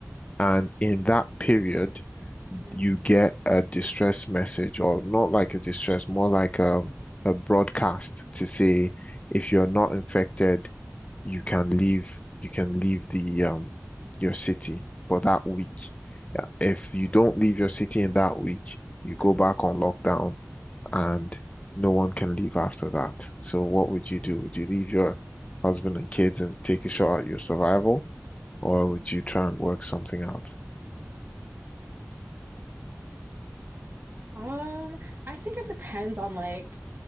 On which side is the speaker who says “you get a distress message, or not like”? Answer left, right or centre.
Left